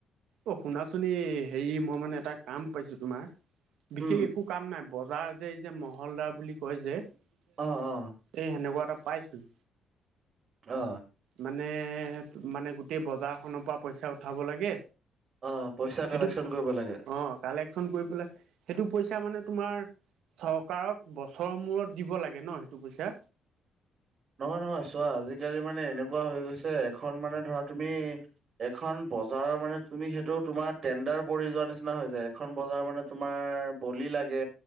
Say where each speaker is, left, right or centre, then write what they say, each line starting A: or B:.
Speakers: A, on the right (about 75°); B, on the right (about 50°).
A: অ শুনাচোন এই হেৰি মই মানে এটা কাম পাইছো তোমাৰ বিশেষ
B: উম
A: একো কাম নাই বজাৰ যে এই যে মহলদাৰ বুলি কয় যে এ
B: অ অ
A: সেনেকুৱা এটা পাইছিলো।
B: অ
A: মানে এ হে মানে গোটেই বজাৰখনৰ পৰা পইচা উঠাব লাগে।
B: অ পইচা কালেকচন
A: সেইটো,
B: কৰিব লাগে
A: অ কালেকচন কৰি পেলাই সেইটো পইচা মানে তোমাৰ চৰকাৰক বছৰৰ মূৰত দিব লাগে ন সেইটো পইচা?
B: নহয়, নহয় চোৱা আজি-কালি মানে এনেকুৱা হৈ গৈছে এখন মানে ধৰা তুমি এখন বজাৰৰ মানে তুমি সেইটো তোমাৰ টেণ্ডাৰ পৰি যোৱা নিচিনা হৈ যায়। এখন বজাৰ মানে তোমাৰ বলি লাগে